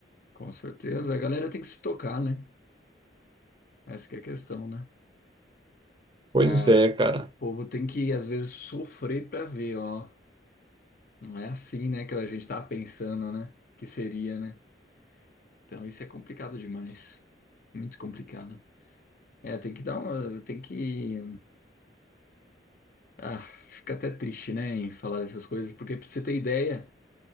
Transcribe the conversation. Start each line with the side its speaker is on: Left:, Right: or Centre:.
Left: com certeza. A galera tem que se tocar, né? Essa que é a questão, né?
Right: Pois
Left: A,
Right: é, cara.
Left: o povo tem que, às vezes, sofrer pra ver, ó. Não é assim, né, que a gente tava pensando, né? Que seria, né? Então isso é complicado demais. Muito complicado. É, tem que dar uma. Tem que. Ah, fica até triste, né, em falar dessas coisas, porque pra você ter ideia,